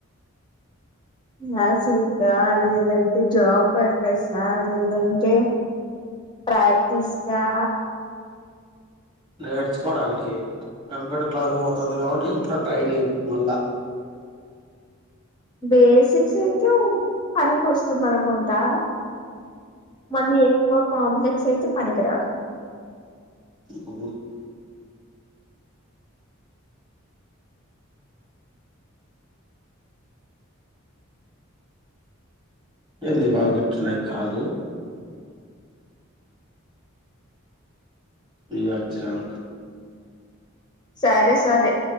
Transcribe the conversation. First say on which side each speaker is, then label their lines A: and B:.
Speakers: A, on the left; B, on the right.
A: క్లాసుల్కా లేదంటే జాబ్ పర్పసా లేదంటే ప్రాక్టీస్ కా
B: నేర్చుకోవడానికి కంప్యూటర్ క్లాసు పోతంది కాబట్టి ఇంట్లో ట్రైనింగ్ మళ్ళ
A: బేసిక్స్ అయితే ఓ పనికి వస్తుంది అనుకుంటా మళ్ళీ ఎప్ఫ కోంప్లెక్స్ అయితే పనికరాదు.
B: హ్మ్ హ్మ్ ఎన్ని ఈ పాపకిట్లున్నాయి కాళ్ళు. వియార్ చరం.
A: సరే సరే